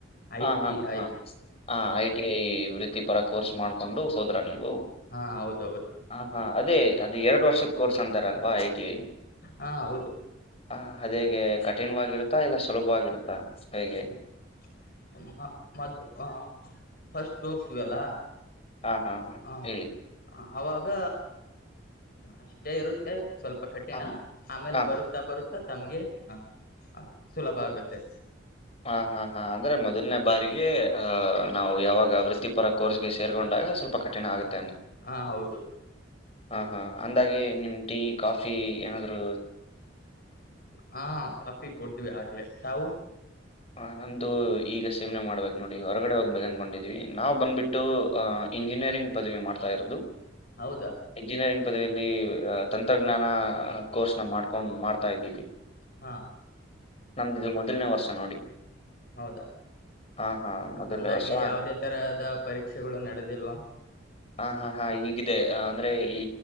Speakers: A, on the left (about 50°); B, on the left (about 30°).
A: ಐ
B: ಹ ಹಾ
A: ಟಿ
B: ಹಾ
A: ಐ
B: ಹ ಐ ಟಿ ಐ ಇವ್ರೆ. ವೃತ್ತಿ ಪರ ಕೋರ್ಸ್ ಮಾಡ್ಕೊಂಡು ಹೋದ್ರಾ ನೀವು?
A: ಹಾ ಹೌದು ಹೌದು.
B: ಹಾ ಹಾ ಅದೇ ಅದು ಎರಡ್ವರ್ಷದ್ ಕೋರ್ಸು ಅಂತಾರಲ್ವಾ ಐ ಟಿ ಐ.
A: ಹಾ ಹೌದು.
B: ಹ ಅದೇಗೆ? ಕಠಿಣವಾಗಿರುತ್ತಾ ಇಲ್ಲ ಸುಲಭವಾಗಿರುತ್ತಾ? ಸ್ಪೖಗೆ.
A: ಹ್ಮ್ ಮ ಮತ್ ಅ ಫಸ್ಟ್ ಹೋಗ್ತೀವಲ್ಲ.
B: ಹಾ ಹಾ
A: ಹ
B: ಹೇಳಿ.
A: ಅವಾಗ ಅಷ್ಟೇ ಇರುತ್ತೆ. ಸ್ವಲ್ಪ ಕಠಿಣ
B: ಹಾ
A: ಆಮೇಲ್
B: ಹಾ
A: ಬರುತ್ತಾ ಬರುತ್ತ. ತಮ್ಗೆ. ಹಾ ಸುಲಭ ಆಗುತ್ತೆ. <unintelligible>
B: ಹಾ ಹಾ ಹಾ ಅಂದ್ರೆ ಮೊದಲನೇ ಬಾರಿಗೆ ಆ. ನಾವು ಯಾವಾಗ ವೃತ್ತಿಪರ ಕೋರ್ಸ್ಗೆ ಸೇರ್ಕೊಂಡಾಗ ಸ್ವಲ್ಪ ಕಠಿಣ ಆಗುತ್ತೆ.
A: ಹಾ ಹೌದು
B: ಹ ಹಾ ಅಂದಾಗೆ ನಿಮ್ ಟೀ ಕಾಫಿ. ಫಿ ಏನಾದರೂ.
A: ಹಾ ಕಾಫಿ ಕೂಡಿದ್ವು ಆಗಲೇ. ತಾವು.
B: ಹ ನಮ್ಮದು ಈಗ ಸೇವನೆ ಮಾಡ್ಬೇಕು ನೋಡಿ ಹೊರಗಡೆ ಹೋಗ್ಬೇಕ ಅಂದನ್ಕೊಂಡಿದೀವಿ ನಾವು ಬಂದುಬಿಟ್ಟು ಇಂಜಿನಿಯರಿಂಗ್ ಪದವಿ ಮಾಡ್ತಾ ಇರೋದು.
A: ಹೌದಾ
B: ಎಂಜಿನಿಯರಿಂಗ್ ಪದವಿಯಲ್ಲಿ. ತಂತ್ರಜ್ಞಾನ ಕೋರ್ಸ್ನ ಮಾಡ್ಕೊಂಡು ಮಾಡ್ತಾ ಇದ್ದೀವಿ.
A: ಹಾ.
B: ನಮ್ದಿದು ಮೊದಲನೇ ವರ್ಷ ನೋಡಿ.
A: ಹೌದಾ
B: ಹಾ ಹಾ ಮೊದಲನೇ
A: ಅಂದಾಗೆ
B: ವರ್ಷ
A: ಯಾವವುದೇ ತರದ ಪರೀಕ್ಷೆಗಳು ನಡೆದಿಲ್ವಾ.
B: ಹಾ ಹಾ ಹಾ ಈ. ಇದೆ ಅಂದ್ರೆ. ಈ